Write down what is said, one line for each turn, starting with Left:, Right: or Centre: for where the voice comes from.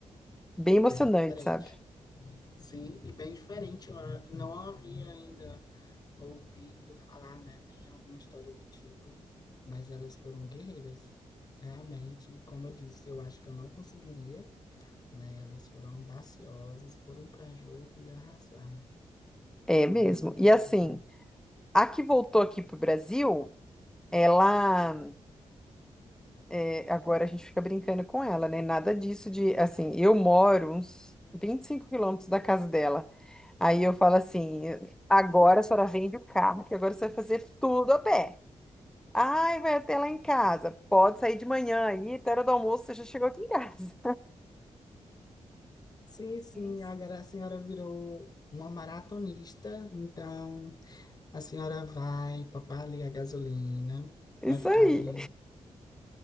Centre: bem emocionante,
Left: diferente.
Centre: sabe?
Left: Sim, e bem diferente. Eu a- não havia ainda ouvido falar, né, nem alguma história do tipo, mas elas foram guerreiras, realmente. Como eu disse, eu acho que eu não conseguiria, né? Elas foram audaciosas, foram para jogo e arrasaram,
Centre: É mesmo.
Left: arrasaram
Centre: E assim,
Left: mesmo.
Centre: a que voltou aqui pro Brasil, ela. é, agora a gente fica brincando com ela, né? Nada disso de. Assim, eu moro uns 25 quilômetros da casa dela. Aí eu falo assim: agora a senhora vende o carro, que agora você vai fazer tudo a pé. Ai, vai até lá em casa. Pode sair de manhã aí, até a hora do almoço, você já chegou aqui em casa.
Left: Sim, sim,
Centre: <laughs>
Left: agora a senhora virou uma maratonista, então a senhora vai papar ali a gasolina,
Centre: Isso
Left: vai ficar
Centre: aí.
Left: ali.